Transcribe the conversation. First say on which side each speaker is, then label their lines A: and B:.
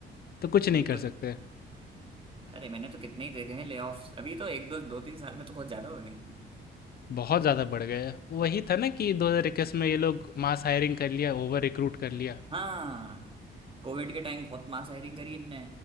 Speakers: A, on the left; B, on the right.
A: तो कुछ नहीं
B: बिल्कुल
A: कर सकते,
B: अरे मैंने तो कितने ही देखे हैं लेऑफ्स अभी तो एक दो दो तीन साल में तो बहुत ज्यादा हो रहे हैं
A: बहुत ज़्यादा बढ़ गया है। वही था ना कि 2021 में ये लोग मास हायरिंग कर लिया, ओवर रिक्रूट कर लिया।
B: हाँ कोविड के टाइम बहुत मास हायरिंग करी इनने